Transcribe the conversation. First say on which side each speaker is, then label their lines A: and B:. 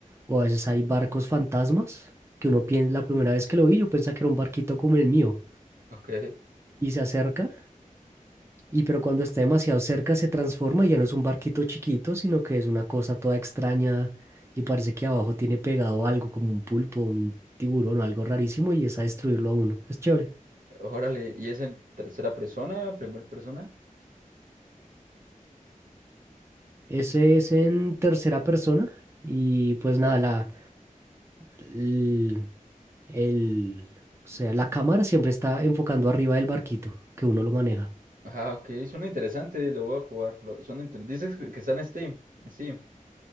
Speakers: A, on the right; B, on the right.
A: O a veces hay barcos fantasmas, que uno piensa, la primera vez que lo vi yo pensaba que era un barquito como el mío.
B: Ok.
A: Y se acerca Y pero cuando está demasiado cerca se transforma y ya no es un barquito chiquito, sino que es una cosa toda extraña y parece que abajo tiene pegado algo como un pulpo, un tiburón o algo rarísimo y es a destruirlo a uno. Es chévere.
B: Órale, ¿y es en tercera persona, primera persona?
A: Ese es en tercera persona y pues nada, la, el, el- o sea, la cámara siempre está enfocando arriba del barquito que uno lo maneja.
B: Ajá, ok, suena interesante, lo voy a jugar. lo- suena inter- Dices que, que está en Steam, en Steam.